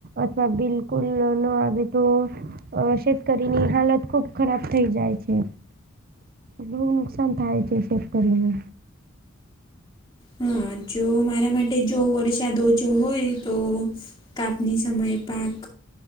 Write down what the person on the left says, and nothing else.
હા જો મારા માટે જો વર્ષ વરસાદ ઓછો હોય તો કાપની સમયે પાક